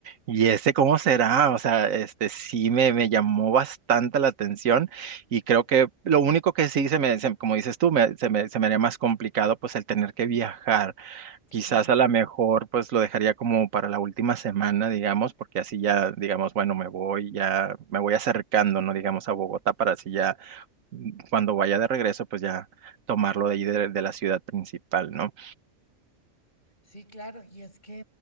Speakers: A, on the right (about 75°); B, on the left (about 35°).
A: ¿y ese cómo será? O sea, este sí me, me llamó bastante la atención y creo que lo único que sí se me, se- como dices tú, me- se me, se me haría más complicado pues el tener que viajar.
B: sí.
A: Quizás a lo mejor pues lo dejaría como para la última semana, digamos, porque así ya, digamos, bueno, me voy, ya me voy acercando, ¿no? Digamos, a Bogotá para así ya cuando vaya de regreso, pues ya tomarlo de ahí de, de la ciudad principal, ¿no?
B: Sí, claro, y es que